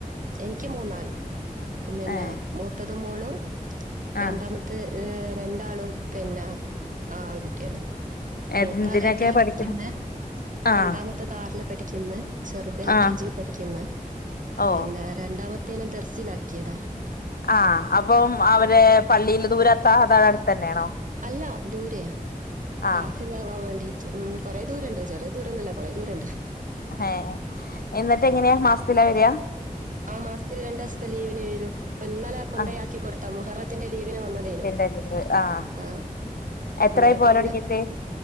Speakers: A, on the right; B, on the left.
A: എനിക്ക് മൂന്നാള് പിന്നെ
B: ഏഹ്
A: മൂത്തത് മോളും രണ്ടാമത്തെ
B: ആഹ്
A: ഏഹ് രണ്ടാളും പിന്നെ ആ ആൺകുട്ടികളും മൂത്താളെട്ടില്
B: എന്തിനൊക്കെ പഠിക്കണ്
A: പഠിക്കുന്നേ രണ്ടാമത്തെത്
B: ആഹ്
A: ആറിലും പഠിക്കുന്നേ ചെറുത് എൽ
B: ആഹ്
A: കെ ജി പഠിക്കുന്നേ
B: ഓ
A: പിന്നെ രണ്ടാമ ത്തേനെ ദർസിലാക്കിയതാ
B: ആ അപ്പം അവര് പള്ളിയില് ദൂരെത്താ അതാ അടുത്തന്നെയാണോ
A: അല്ല ദൂരെയാ
B: ആഹ്
A: ഹാസില്ലാവാൻ വേണ്ടീട്ട് ഉം കൊറേ ദൂരണ്ട് ചെറിയാ ദൂരൊന്നുവല്ല കൊറേ ദൂരണ്ട്
B: ഹേ എന്നിട്ട് എങ്ങനെയാ മാസത്തിലാ വര്യാ
A: ആ മാസത്തില് രണ്ടൂസത്തെ ലീവിന് വരും ഇന്നലേ കൊണ്ടയാക്കി
B: ആഹ്
A: കൊടുത്താ മുഹറത്തിന്റെ ലീവിന് വന്നതേനൂ
B: <unintelligible> ആഹ്
A: ആഹ്
B: എത്രായി
A: ഇന്നലപ്പൊ
B: പോവല്
A: കൊണ്ട
B: തൊടങ്ങിട്ട്